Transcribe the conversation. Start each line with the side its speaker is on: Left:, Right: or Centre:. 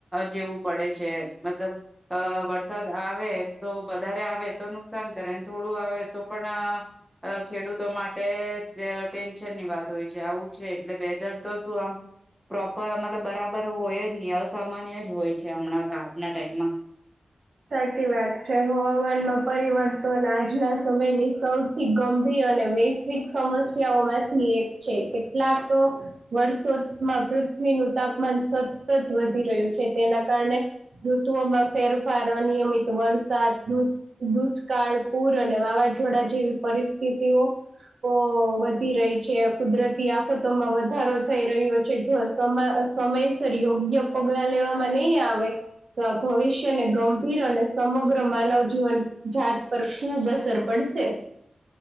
Centre: જેવું પડે છે મતલબ અ વરસાદ આવે તો વધારે આવે તો નુકસાન કરે થોડું આવે તો પણ ખેડૂતો માટે ટેન્શન ની વાત હોય છે આવું છે એટલે વેધર તો શું આમ પ્રોપર મતલબ બરાબર હોય જ નહી અસામાન્ય જ હોય છે હમણાં તો આજના ટાઈમમાં <inaudible>
Right: સાચી વાત છે હવામાનમાં પરિવર્તન આજના સમયની સૌથી ગંભીર અને વૈશ્વિક સમસ્યાઓમાંથી એક છે કેટલાક વર્ષોમાં પૃથ્વીનું તાપમાન સતત વધી રહ્યું છે તેના કારણે ઋતુઓમાં ફેર ફાર અનિયમિત વરસાદ દુષ્કાળ પૂર અને વાવાઝોડા જેવી પરિસ્થિતિ સ્થિતિઑ ઓ વધી રહી છે કુદરતી આફતોમાં વધારો થઈ રહ્યો છે જો સ સમયસર યોગ્ય પગલા લેવામાં નહીં આવે તો આ ભવિષ્ય અને ગંભીર અને સમગ્ર માનવ જીવન જાત પર ખૂબ અસર પડશે